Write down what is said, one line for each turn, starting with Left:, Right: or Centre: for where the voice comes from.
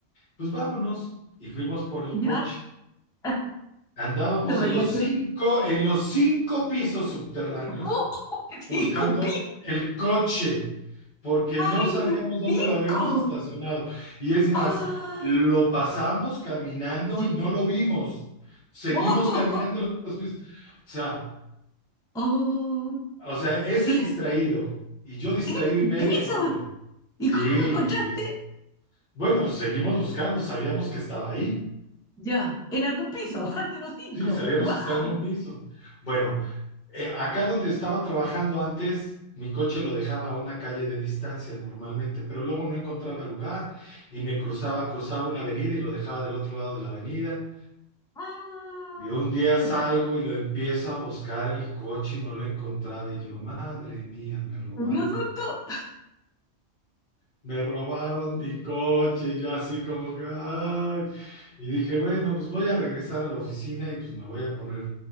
Left: pues vámonos. Y fuimos por el
Centre: ya.
Left: coche.
Centre: <laughs>
Left: Andábamos
Centre: No me
Left: en
Centre: digas
Left: los cinco,
Centre: que...
Left: en los cinco pisos subterráneos
Centre: ¡Oh!
Left: buscando
Centre: ¡Cinco <laughs> pi!
Left: el coche, porque no
Centre: ¡Ay,
Left: sabíamos
Centre: no!
Left: dónde
Centre: ¡Cinco!
Left: lo habíamos estacionado. Y es más,
Centre: ¡Ah!
Left: lo pasamos caminando
Centre: Ya-
Left: y no lo vimos. Seguimos
Centre: ¡Oh!
Left: caminando los pisos. O sea,
Centre: ¡Oh!
Left: o sea, ese
Centre: cinco
Left: distraído y yo
Centre: ¡Cinco
Left: distraído y medio,
Centre: pisos!
Left: no, hombre.
Centre: ¿Y
Left: Sí,
Centre: cómo lo encontraste?
Left: sí. sí. Bueno, seguimos buscando, sabíamos que estaba ahí.
Centre: Ya, en algún piso, <laughs> de los cinco.
Left: Sí, sabíamos
Centre: ¡Wow!
Left: que estaba en un piso. Bueno, eh, acá donde estaba trabajando antes, mi coche lo dejaba a una calle de distancia normalmente, pero luego no encontraba lugar y me cruzaba, cruzaba una avenida y lo dejaba del otro lado de la avenida.
Centre: ¡Ah!
Left: Y un día salgo
Centre: Ya,
Left: y lo empiezo a buscar el coche y no lo encontraba. Y yo, madre mía, me robaron
Centre: me dio susto.
Left: Me robaron mi coche y yo así como que, ay. Y dije, bueno, pues voy a regresar a la oficina y pues me voy a poner